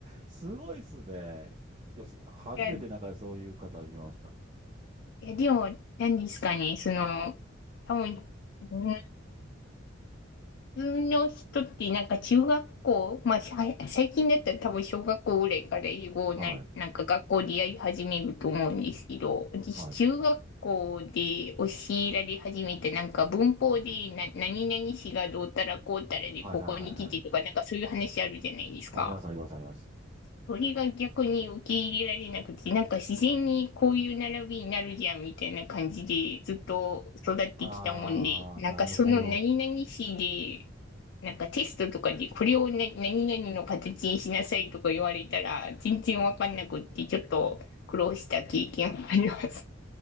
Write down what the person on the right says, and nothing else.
すごいっすね。初めてなんかそういう方見ました。
はい。
はい。
はいはいはいはい。ありますありますあります。
ああ、
なるほど。